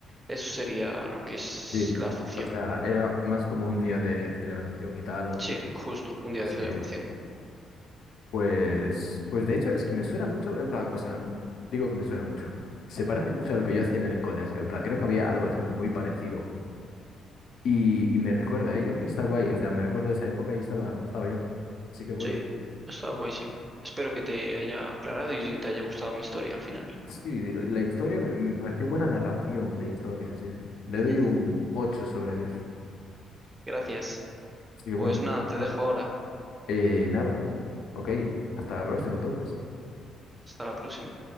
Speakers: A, on the right; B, on the left.
A: eso sería lo que es
B: Sí.
A: la función.
B: O sea, era más como un día de celebración y tal,
A: Sí, justo, un día
B: más
A: de celebración.
B: que... Pues, pues de hecho es que me suena mucho, en plan, o sea, n- digo que me suena mucho. Se parece mucho a lo que yo hacía en el colegio, en plan, creo que había algo así muy parecido. Y, y me recuerda a ello, y está guay, o sea, me recuerdo de esa época y estaba, estaba bien. Así que bueno.
A: Sí, está guay, sí. Espero que te haya aclarado y te haya gustado mi historia al final. <laughs>
B: Sí, de la la historia me, me pareció buena narración de historia, sí, sí. Le doy
A: Mm,
B: un ocho sobre diez
A: Gracias.
B: Así que bueno,
A: Pues nada, te
B: nada.
A: dejo ahora.
B: Eh, nada. Ok, hasta la próxima entonces.
A: Hasta la próxima.